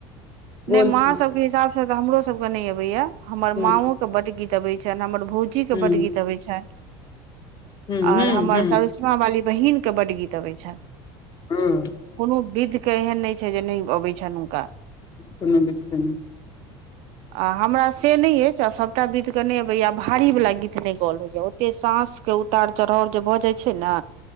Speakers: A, on the left; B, on the right.
A: गोल
B: नहि माँ
A: छी
B: सभके हिसाबसँ तऽ हमरो सभके नई अबैया हमर
A: हूँ
B: माँ ओके बड्ड गीत अबै छनि हमर भौजी के
A: हूँ
B: बड गीत अबै छैय।
A: हूँ
B: आर
A: हूँ
B: हमर
A: हूँ
B: सरसमा वाली बहिन के बड गीत अबै छनि
A: हँ
B: कोनो विध के एहन नइ जे नइ अबै छनि हुनका।
A: <unintelligible>
B: आ हमरा से नई ये आब सभटा गीत के नइ अबैया आ भारी वाला गीत नइ गओल होइए ओ एते सास के उतार चढ़ाउ जे भऽ जाय छैय ने